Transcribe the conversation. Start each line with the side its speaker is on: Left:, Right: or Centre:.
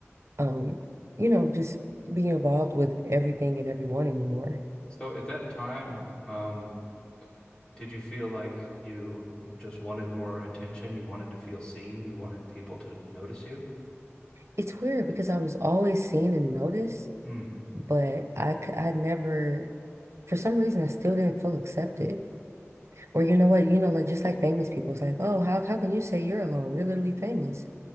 Right: um, you know, just be involved with everything and everyone anymore.
Left: so at that time, um, did you feel like you w- just wanted more attention? You wanted to feel seen? You wanted people to notice you?
Right: It's weird because I was always seen and noticed,
Left: Hmm.
Right: but I, c- I never, for some reason, I still didn't feel accepted. Or you know what, you know, like just like famous people, it's like, oh, how how can you say you're alone? You're literally famous.